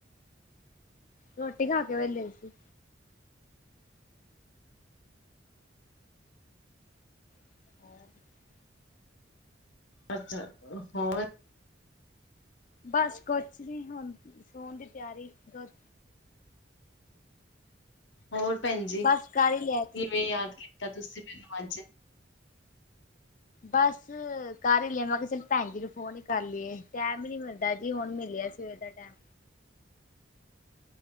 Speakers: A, on the left; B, on the left.
A: ਰੋਟੀ ਖਾਕੇ ਵਿਹਲੇ ਹੋਏ ਸੀ। <inaudible>
B: ਅੱਛਾ, ਹੋਰ?
A: ਬਸ ਕੁਛ ਨੀ ਹੁਣ, ਸੌਣ ਦੀ ਤਿਆਰੀ ਦੁੱਧ
B: ਹੋਰ ਭੈਣ ਜੀ,
A: ਬਸ
B: ਕਿਵੇਂ
A: ਕਰ ਹੀ ਲਿਆ ਤੂੰ
B: ਯਾਦ ਕੀਤਾ ਤੁਸੀਂ ਮੈਨੂੰ ਅੱਜ?
A: ਬਸ ਕਰ ਈ ਲਿਆ, ਮੈਂ ਕਿਹਾ ਚੱਲ ਭੈਣ ਜੀ ਨੂੰ ਫੋਨ ਈ ਕਰ ਲੀਏ। ਟੈਮ ਈ ਨੀ ਮਿਲਦਾ ਜੀ, ਹੁਣ ਮਿਲਿਆ ਸਵੇਰ ਦਾ ਟੈਮ।